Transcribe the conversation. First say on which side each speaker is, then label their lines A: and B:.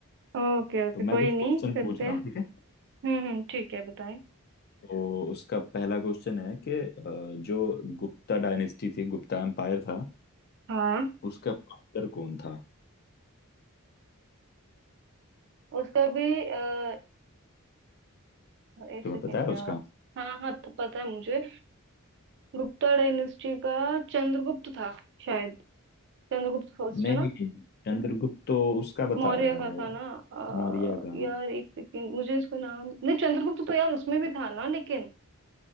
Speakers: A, on the right; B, on the left.
A: ओके ओके
B: तो
A: कोई
B: मैं कुछ
A: नहीं
B: क्वेश्चन
A: करते
B: पूछ
A: हैं
B: रहा हूँ ठीक है
A: हम्म हम्म ठीक है बताएं
B: तो उसका पहला क्वेश्चन है कि अ, जो गुप्ता डायनेस्टी थी गुप्ता एम्पायर था
A: हाँ
B: उसका फाउंडर कौन था
A: उसका भी अ, एक
B: तुम्हें
A: सेकेंड
B: पता है उसका
A: यार हाँ हाँ तो पता है मुझे गुप्ता डायनेस्टी का चंद्रगुप्त था शायद चंद्रगुप्त फर्स्ट
B: नहीं
A: है ना
B: नहीं चंद्रगुप्त तो उसका
A: मौर्य
B: बता रहा
A: का
B: है
A: था ना अ,
B: मौर्य का
A: यार एक सेकेंड मुझे इसका नाम नहीं चंद्रगुप्त तो यार उसमें भी था ना लेकिन